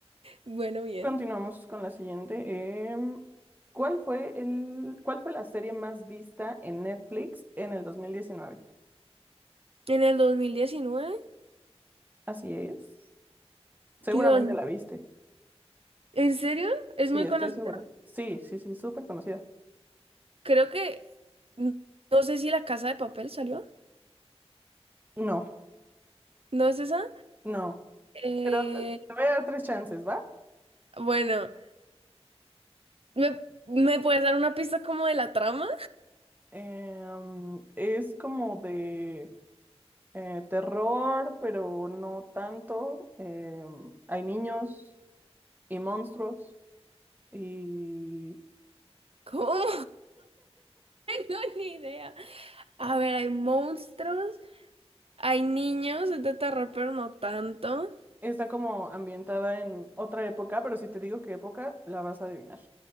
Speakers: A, on the right; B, on the right.
A: bueno, bien.
B: Continuamos con la siguiente. em, ¿cuál fue el, cuál fue la serie más vista en Netflix en el dos mil diecinueve
A: ¿En el dos mil diecinueve
B: Así es.
A: Dios,
B: Seguramente la viste.
A: ¿en serio? ¿Es
B: Sí,
A: muy
B: estoy
A: conocido?
B: segura. Sí, sí, sí, súper conocida.
A: Creo que... n- No sé si La Casa de Papel salió.
B: No,
A: ¿No es esa?
B: no.
A: Eh,
B: Pero te te voy a dar tres chances, ¿va?
A: bueno. ¿Me, me puedes dar una pista como de la trama?
B: Em, es como de eh, terror, pero no tanto. Em, hay niños y monstruos y
A: ¿Cómo? <laughs> No tengo ni idea. A ver, hay monstruos, hay niños, es de terror, pero no tanto.
B: está como ambientada en otra época, pero si te digo qué época, la vas a adivinar.